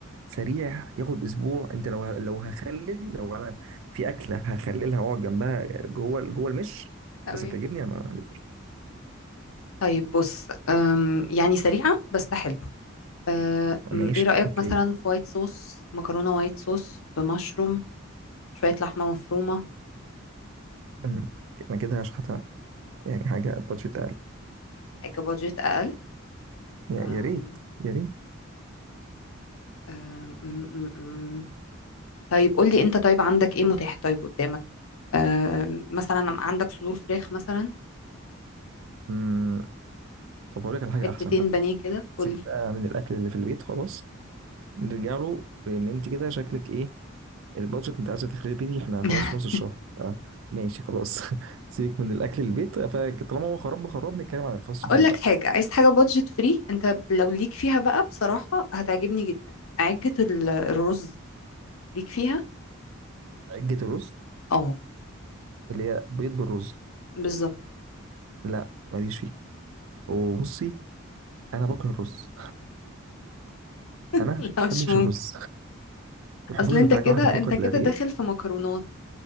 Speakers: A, on the right; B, on the left.
A: سريع ياخد اسبوع انت لو لو هخلل لو انا في اكله هخللها واقعد جنبها جوه جوه المش
B: تمام
A: بس تعجبني انا ما عنديش
B: طيب بص أم، يعني سريعة بس حلوة أم،
A: ماشي
B: ايه رأيك
A: اوكي
B: مثلا في وايت صوص مكرونة وايت صوص بمشروم شوية لحمة مفرومة
A: أم، انا كده هشحتها يعني حاجه بادجت اقل
B: حاجة بادجت أقل
A: يا
B: أم،
A: يا ريت يا ريت
B: أم، أم، أم، أم. طيب قولي انت طيب عندك ايه متاح طيب قدامك أم، مثلا عندك صدور فراخ مثلا
A: أم، طب هقول لك على حاجه
B: حتتين
A: احسن بقى
B: بانيه كده قولي
A: سيبها من الاكل اللي في البيت خلاص نرجع له لان انت كده شكلك ايه البادجت انت عايزه تخربي دي احنا
B: <laughs>
A: خلاص في نص الشهر آه ماشي خلاص <laughs> سيبك من الاكل البيت فطالما هو خراب خراب نتكلم عن الفاست
B: اقول
A: فود
B: لك
A: بقى
B: حاجه عايز حاجه بادجت فري انت لو ليك فيها بقى بصراحه هتعجبني جدا عجه ال- الرز ليك فيها
A: عجة الرز
B: اه
A: اللي هي بيض بالرز
B: بالظبط
A: لا ماليش فيه وبصي انا بكره الرز
B: <laughs>
A: انا ما
B: لا مش
A: بحبش
B: ممكن
A: الرز ما بحبوش
B: اصل انت
A: غير في
B: كده
A: حاجه واحده
B: انت
A: فقط
B: كده
A: لا غير
B: داخل في مكرونات